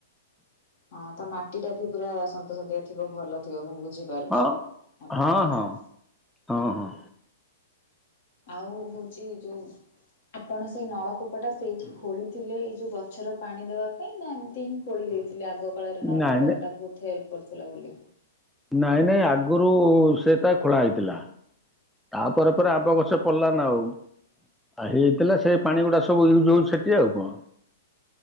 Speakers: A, on the left; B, in the centre.
A: ହଁ ତା ମାଟି ଟା ବି ପୁରା ସନ୍ତ ସନ୍ତିଆ ଥିବ ଭଲ ଥିବ ମୁଁ ବୁଝିପାରୁଛି
B: ହଁ।
A: ଆପଣଙ୍କ
B: ହଁ
A: କଥା।
B: ହଁ ହଁ ହଁ।
A: ଆଉ ହୋଉଚି ଯୋଉ ଆପଣ ସେଇ ନଳକୂପଟା ସେଇଠି ଖୋଳିଥିଲେ ଏଇ ଯୋଉ ଗଛରେ ପାଣି ଦେବା ପାଇଁ ନା ଏମିତି ହିଁ ଖୋଳି ଦେଇଥିଲେ ଆଗ କାଳରେ ନଳକୂପଟା
B: ନାଇଁ ନାଇଁ
A: ବହୁତ ହେଲ୍ପ କରୁଥିଲା ବୋଲି।
B: ନାଇଁ ନାଇଁ ଆଗରୁ ସେ ତା ଖୋଳା ହେଇଥିଲା। ତାପରେ ପରେ ଆମ୍ୱ ଗଛ ଫଳିଲା ନା ଆଉ। ଆଉ ହେଇଥିଲା ସେଇ ପାଣି ଗୁଡା ସବୁ ୟୁଜ୍ ହଉଛି ସେଠି ଆଉ କଣ।